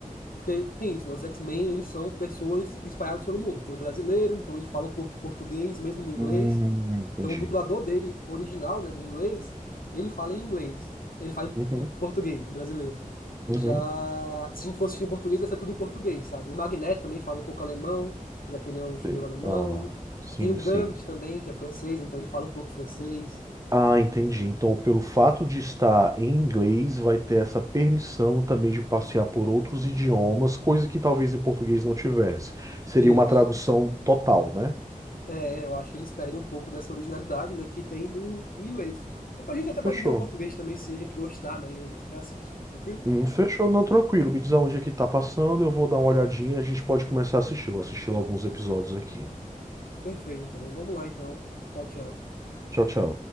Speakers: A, on the left; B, on the right.
A: Porque tem isso, né? Os X-Men, eles são pessoas espalhadas pelo mundo. Tem um brasileiro, então ele fala um pouco de português, mesmo no inglês.
B: Hum, entendi.
A: Então o dublador dele, original, né, do inglês, ele fala em inglês. Ele fala
B: Uhum,
A: em português, brasileiro.
B: uhum.
A: Já, se a gente fosse assistir em português, ia ser tudo em português, sabe? O Magneto também fala um pouco alemão, já que ele é um judeu
B: Entendi.
A: alemão.
B: Ah, sim,
A: Tem o Gambit
B: sim.
A: também, que é francês, então ele fala um pouco francês.
B: Ah, entendi. Então, pelo fato de estar em inglês, vai ter essa permissão também de passear por outros idiomas, coisa que talvez em português não tivesse. Seria
A: Isso.
B: uma tradução total, né?
A: É, eu acho que eles perdem um pouco dessa originalidade, né, que tem do, do inglês. Depois a gente até
B: Fechou.
A: pode ver o português também, se a gente gostar, né, e a gente reassiste. Tranquilo?
B: Hum, fechou, não, tranquilo. Me diz aonde é que tá passando, eu vou dar uma olhadinha e a gente pode começar a assistir. Eu vou assistir alguns episódios aqui.
A: Perfeito, então. Vamos lá, então. Tchau, tchau.
B: Tchau, tchau.